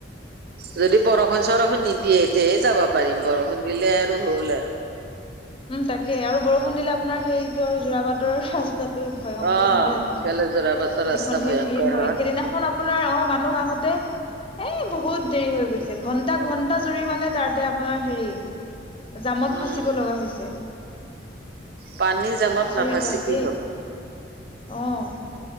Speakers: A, on the right; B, on the left.
A: যদি বৰষুণ চৰষুণ নিদিয়ে তেয়ে যাব পাৰিম বৰষুণ দিলে আৰু হ'ল আৰু
B: উম তাকে আৰু বৰষুণ দিলে আপোনাৰ সেইটো আৰু যোৰাপাটৰ ৰাস্তাত ভয়ংকৰ
A: অ',
B: নহয় জানো
A: ইফালে যোৰাবাটৰ ৰাস্তা
B: যিখনহে
A: ভয়ংকৰ
B: ভিৰ হয় সেইদিনা খন আপোনাৰ অ মানুহ আহোতে এই বহুত দেৰি হৈ গৈছে, ঘণ্টা ঘণ্টা জুৰি মানে তাতে আপোনাৰ হেৰি জামত
A: উম,
B: ফাচিব লগা হৈছে।
A: পানী জামত
B: আচৰিত
A: নাফাচি
B: আৰু
A: কি
B: দেই
A: হ'ব।
B: অ',